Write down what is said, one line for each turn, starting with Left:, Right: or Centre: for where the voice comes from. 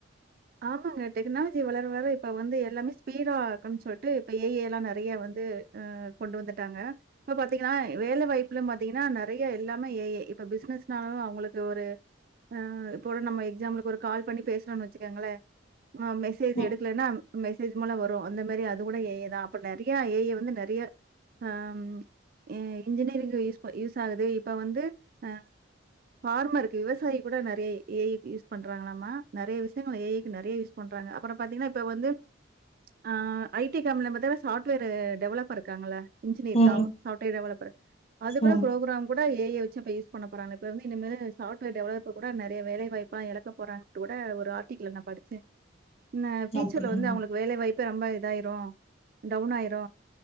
Right: ஆமாங்க டெக்னாலஜி வளர வளர இப்ப வந்து எல்லாமே ஸ்பீடா ஆக்கனுன்னு சொல்ட்டு இப்ப ஏ ஐ எல்லா நெறைய வந்து ஆ கொண்டு வந்துட்டாங்க. இப்ப பாத்தீங்கன்னா வேல வாய்ப்பிலு பாத்தீங்கன்னா நெறைய எல்லாமே ஏ ஐ. இப்ப பிசினஸ்னாலு அவங்களுக்கு ஒரு ஆ இப்போ ஒரு நம்ம எக்ஸாம்பிளுக்கு நம்ம ஒரு கால் பண்ணி பேசுறோன்னு வச் சுக்கங்களே ஆ மெசேஜ்
Left: ம்
Right: எடுக்கலன்னா மெசேஜ் மூல வரு அந்த மாரி அது கூட ஏ ஐ தா. அப்ப நெறைய ஏ ஐ வந்து நெறைய அம் இ இன்ஜினியரிங் யூஸ் ப யூஸ் ஆகுது இப்ப வந்து ஆ ஃபார்மருக்கு விவசாயி கூட நெறைய ஏ ஐ யூஸ் பண்றாங்களாமா நெறைய வி ஷயங்கள் ஏ ஐ க்கு நெறைய யூஸ் பண்றாங்க. அப்புறோ பாத்தீங்கன்னா இப்ப வந்து ஆ ஐ டி கம்பெனில பாத்திங்கனா சாஃப்ட்வேரு டெவலப்பர் இருக்காங்கல்ல இன்ஜினியர்
Left: ம்
Right: டா சாஃப்ட்வேர் டெவலப்பரு அது கூட
Left: ம்
Right: புரோக்ராம் கூட ஏஐய வெச்சு அப்ப யூஸ் பண்ண போறாங்க இப்ப வந்து இனிமேலு சாஃவ்ட்டுவெர் டெவலப்ப கூட நெறைய வேலைவாய்ப்பா எழக்க போறாங்டு கூட ஒரு ஆர்க் டிக்ல நா படிச்ச ந பியூச்சர்ல
Left: அப்படிங்களா
Right: வந்து அவளுக்கு வேலைவாய்ப் திரும்ப இதாயிரு டவுன் ஆயிரு